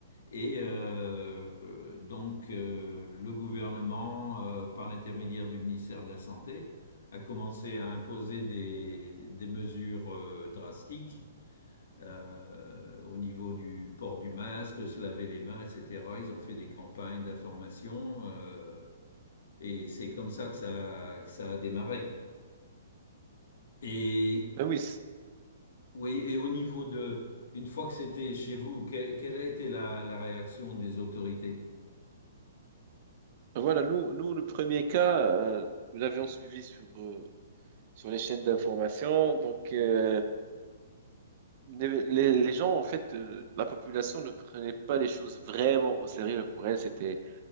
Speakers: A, on the left (about 65°); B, on the right (about 45°).
A: Et euh, donc, euh, le gouvernement, euh, par l'intermédiaire du ministère de la Santé, a commencé à imposer des, des mesures euh, drastiques euh, au niveau du port du masque, se laver les mains, etc. Ils ont fait des campagnes d'information euh, et c'est comme ça que ça, que ça a démarré. Et
B: Ben oui.
A: oui, et au niveau de, une fois que c'était chez vous, que- quelle a été la, la réaction des autorités?
B: Voilà, nous, nous, le premier cas, euh, nous l'avions suivi sur, euh, sur les chaînes d'information. Donc, euh, les, les- les gens, en fait, euh, la population ne prenait pas les choses vraiment au sérieux. Pour elle, c'était